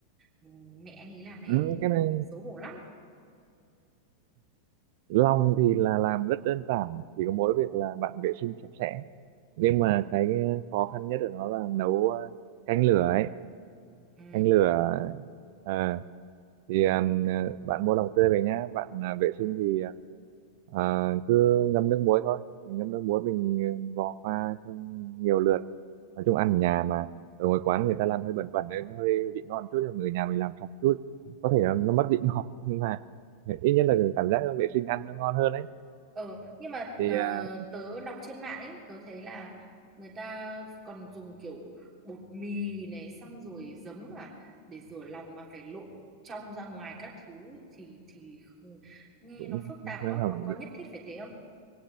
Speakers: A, on the right; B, on the right.
A: ừ, mẹ anh ấy làm hết
B: ừ,
A: thì,
B: cái này
A: thì xấu hổ lắm.
B: lòng thì là làm rất đơn giản chỉ có mỗi việc là bạn vệ sinh sạch sẽ nhưng
A: Ừ.
B: mà cái khó khăn nhất ở nó là nấu ờ, canh lửa ấy
A: Ừ.
B: canh lửa ờ, thì à, bạn mua lòng tươi về nhá bạn à, vệ sinh thì à, cứ ngâm nước muối thôi mình ngâm nước muối mình ừ, vò qua trong nhiều lượt nói chung ăn ở nhà mà ở ngoài quán người ta làm hơi bẩn bẩn nên nó hơi vị ngon chút nhưng mà ở nhà mình làm sạch chút có thể là nó mất vị <laughs> ngọt nhưng mà ít nhất là cảm giác vệ sinh ăn nó ngon hơn đấy
A: Ừ, nhưng mà
B: thì
A: ờ,
B: à,
A: tớ đọc trên mạng ấy, tớ thấy là người ta còn dùng kiểu bột mì này xong rồi giấm à để rửa lòng mà phải lộn trong ra ngoài các thứ ấy, thì thì không- nghe
B: cũng
A: nó phức
B: cũng
A: tạp quá
B: không
A: có có nhất thiết phải thế không?